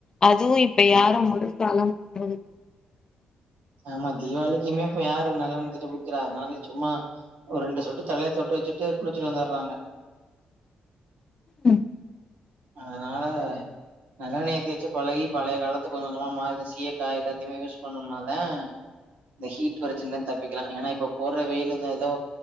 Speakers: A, on the left (about 25°); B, on the right (about 75°).
A: அதுவும் இப்ப யாரும் முழுசாலம் பண்றது
B: ஆமா தீபாவளிக்குமே இப்ப யாரு நல்லண்ண தெச்சி குளிக்கிறாக அதனால சும்மா ஒரு ரெண்டு சொட்டு தலையை தொட்டு வச்சுட்டு குளிச்சுட்டு வந்துடுறாங்க
A: உம்
B: அதனால நல்லெ நய தேயச்சு பழகி பழைய காலத்து கொஞ்சம் கொஞ்சமா மா சீய காய் எல்லாத்தையுமே யூஸ் பண்ணோம்ன தான் இந்த ஹீட் வரச்சல்ன்னு தப்பிக்கலாம் ஏன்னா இப்ப போடுற வெயிலான் ஏதோ